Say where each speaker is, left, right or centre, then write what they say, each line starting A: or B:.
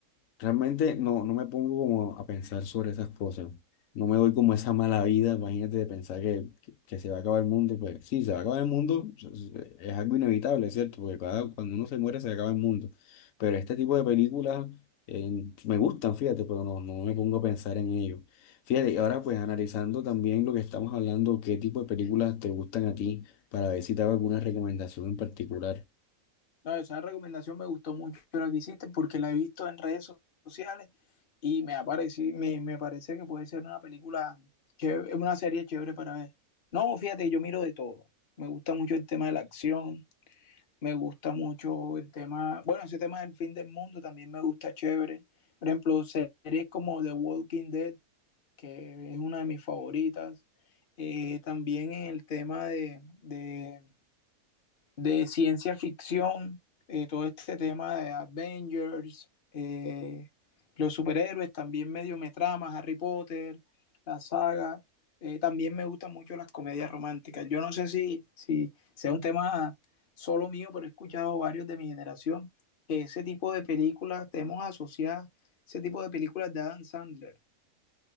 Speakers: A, on the left; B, on the left.
A: Realmente no, no me pongo como a pensar sobre esas cosas. No me doy como esa mala vida, imagínate de pensar que, que, que se va a acabar el mundo. Pues sí, se va a acabar el mundo, es es algo inevitable, ¿cierto? Porque cada- cuando uno se muere se acaba el mundo. Pero este tipo de películas eh, me gustan, fíjate, pero no, no me pongo a pensar en ello. Fíjate, y ahora pues analizando también lo que estamos hablando, qué tipo de películas te gustan a ti, para ver si te hago alguna recomendación en particular.
B: No, esa recomendación me gustó mucho la que hiciste porque la he visto en redes sociales y me, aparecí, me, me parece que puede ser una película, chévere, una serie chévere para ver. No, fíjate, yo miro de todo. Me gusta mucho el tema de la acción, Me gusta mucho el tema, bueno, ese tema del fin del mundo también me gusta chévere. Por ejemplo, series como The Walking Dead, que es una de mis favoritas. Eh, también el tema de, de de ciencia ficción, eh, todo este tema de Avengers, eh, los superhéroes, también medio me trama, Harry Potter, la saga. Eh, también me gustan mucho las comedias románticas. Yo no sé si, si sea un tema solo mío, pero he escuchado varios de mi generación que ese tipo de películas, tenemos asociadas ese tipo de películas de Adam Sandler,